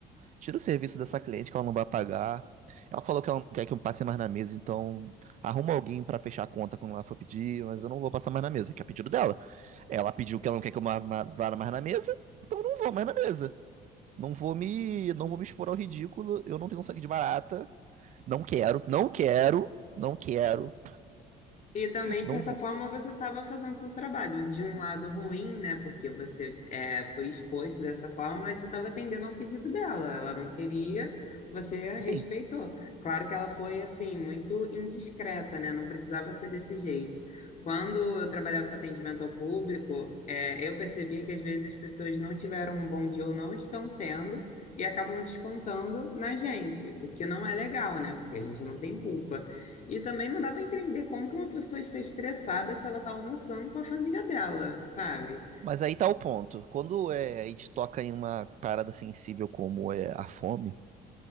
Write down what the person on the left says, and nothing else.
E também, de
certa
forma, você estava fazendo seu trabalho. De um lado ruim, né? Porque você é, foi exposto dessa forma, mas você estava atendendo ao pedido dela. Ela não queria, você respeitou.
Claro que ela foi, assim, muito indiscreta, né? Não precisava ser desse jeito. Quando eu trabalhava com atendimento ao público, é, eu percebi que às vezes as pessoas não tiveram um bom dia ou não estão tendo e acabam descontando na gente, o que não é legal, né? Porque a gente não tem culpa. E também não dá para entender como que uma pessoa está estressada se ela está almoçando com a família dela, sabe?